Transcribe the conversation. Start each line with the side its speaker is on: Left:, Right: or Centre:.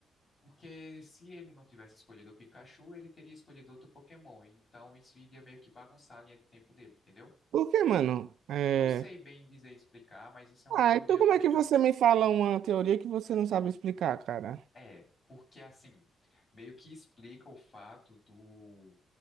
Left: porque se ele não tivesse escolhido o Pikachu, ele teria escolhido outro Pokémon. Então, isso iria meio que bagunçar a linha de tempo dele, entendeu?
Right: Por quê, mano? É...
Left: Não sei bem dizer e explicar, mas isso é uma
Right: Ah,
Left: teoria
Right: então como
Left: bastante.
Right: é que você me fala uma teoria que você não sabe explicar, cara?
Left: É, porque assim, meio que explica o fato do